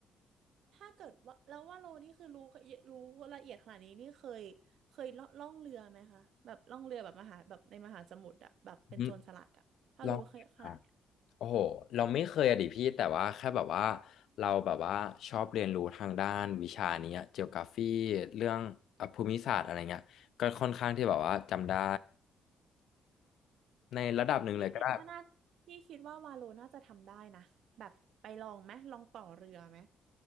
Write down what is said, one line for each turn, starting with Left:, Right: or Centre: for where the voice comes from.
Right: ถ้าเกิดว่าแล้วว่าโลนี่คือรู้รู้ละเอียดขนาดนี้นี่เคยเคยล่อล่องเรือไหมคะแบบล่องเรือแบบมหาแบบในมหาสมุทรอะแบบเป็นโจรสลัดอะถ้ารู้เคยขนาดเนี้ย
Left: อืมลองอ่ะโอ้โหเราไม่เคยอะดิพี่แต่ว่าแค่แบบว่าเราแบบว่าชอบเรียนรู้ทางด้านวิชานี้เจีโอกราฟีเรื่องอ่ะภูมิศาสตร์อะไรเงี้ยก็ค่อนข้างที่แบบว่าจำได้ในระดับหนึ่งเลยก็ได้
Right: พี่คิดว่าน่าพี่คิดว่าวาโลน่าจะทำได้นะแบบไปลองไหมลองต่อเรือไหม